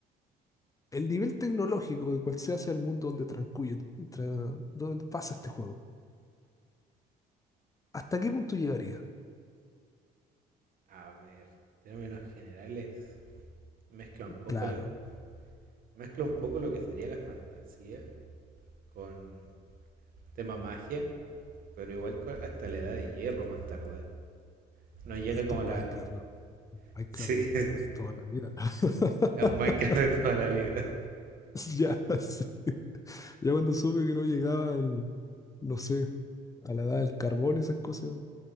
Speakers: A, on the left (about 20°); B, on the right (about 55°).
A: el nivel tecnológico de cual se hace el mundo donde transcurre, tra- donde pasa este juego. ¿Hasta qué punto llegaría?
B: a ver, términos generales. Mezcla un poco
A: Claro,
B: la, mezcla un poco lo que sería la fantasía con tema magia pero igual co- hasta la edad de hierro más tardar. No llega
A: esto
B: como
A: es
B: a
A: Minecraft,
B: la...
A: ¿no? Minecraft
B: Sí,
A: de,
B: <laughs>
A: de toda la vida. ¿no? <laughs>
B: a un Minecraft de toda la vida.
A: Ya, sí. Ya cuando supe que no llegaba al, no sé, a la edad del carbón, esas cosas,